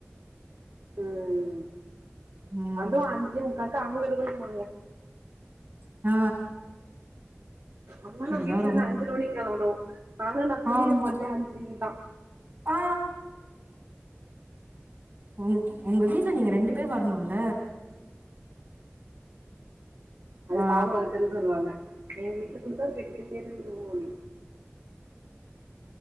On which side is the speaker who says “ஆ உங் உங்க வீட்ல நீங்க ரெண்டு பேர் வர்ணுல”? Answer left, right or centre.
Right